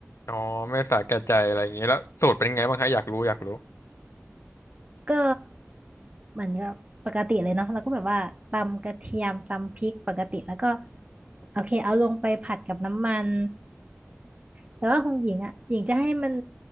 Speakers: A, on the left (about 75°); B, on the right (about 30°).
A: อ๋อไม่สาแก่ใจอะไรอย่างงี้แล้วสูตรเป็นไงบ้างคะอยากรู้อยากรู้
B: ก็เหมือนกับปกติเลยเนาะแล้วก็แบบว่าตำกระเทียมตำพริกปกติแล้วก็โอเคเอาลงไปผัดกับน้ำมันแต่ว่าของหญิงอ่ะหญิงจะให้มัน